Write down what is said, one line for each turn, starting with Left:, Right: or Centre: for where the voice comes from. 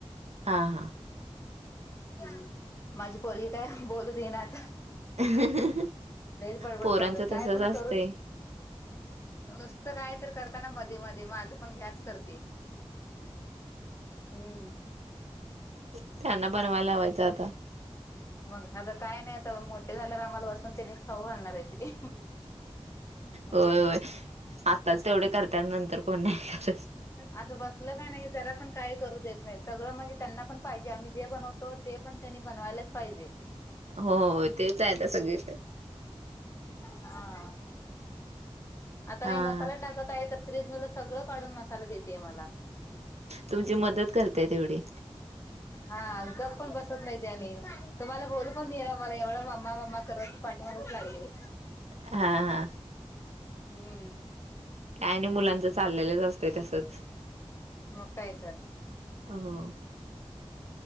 Right: हा हा.
Left: ह माझी पोरगी काय बोलू देईनात.
Right: हा
Left: लयच बडबड
Right: पोरांचं
Left: चालू हाय.
Right: तसच
Left: काय पण
Right: असतंय
Left: करून नुसतं काय तर करताना मध्ये मध्ये माझं पण घ्याच करते. हम्म.
Right: त्यांना बनवाय लावायचं आता.
Left: मग आता काय नाही. आता मोठे झाल्यावर आम्हाला बसून त्यांनीच खाऊ घालणा घेणार आहेत
Right: होय
Left: काय.
Right: होय आत्ताच तेवढे करत्यात नंतर कोण नाही करत.
Left: असं बसलं कणी जरा पण काय करू देत नाही. सगळं म्हणजे त्यांना पण पाहिजे आम्ही जे बनवतो ते पण त्यांनी बनवायलाच पाहिजे.
Right: हो. तेच आहे आता सगळीकड.
Left: हा. आता
Right: हा
Left: मी मसाला टाकत आहे तर फ्रीज मधलं सगळ काढून मसाला देते आहे मला.
Right: तुमची मदत करते तेवढी
Left: हा गप्प पण बसत नाहीत आणि तुम्हाला बोलू पण देइना र मला एवढ मम्मा मम्मा करत पाठीमागच लागले.
Right: हा हा.
Left: हम्म.
Right: काय नाही मुलांचं चाललेलंच असते तसच.
Left: मग काय तर.
Right: हो.